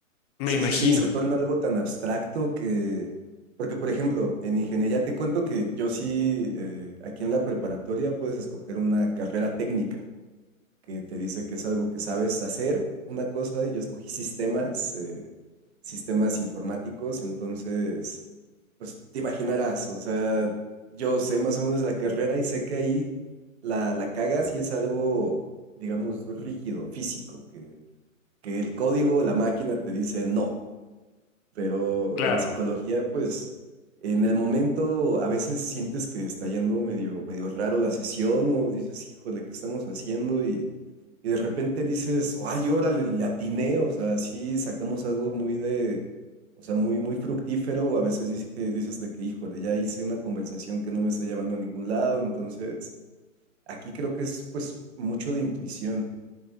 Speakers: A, on the left; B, on the right.
A: me
B: Sí,
A: imagino.
B: sí, sí, se torna algo tan abstracto que... Porque, por ejemplo, en ingeniería te cuento que yo sí, eh, aquí en la preparatoria puedes escoger una carrera técnica. que te dice que es algo que sabes hacer, una cosa, y yo escogí sistemas, eh, sistemas informáticos, entonces, pues te imaginarás, o sea, yo sé más o menos la carrera y sé que ahí la, la cagas y es algo, digamos, rígido, físico, que, que el código, la máquina te dice no. Pero
A: Claro.
B: en psicología, pues, en el momento a veces sientes que está yendo medio, medio raro la sesión o dices, híjole, ¿qué estamos haciendo? Y, y de repente dices, ay, órale, le atiné, o sea, sí sacamos algo muy de, o sea, muy, muy fructífero, o a veces dices que, dices de que, híjole, ya hice una conversación que no me está llevando a ningún lado, entonces, aquí creo que es, pues, mucho de intuición,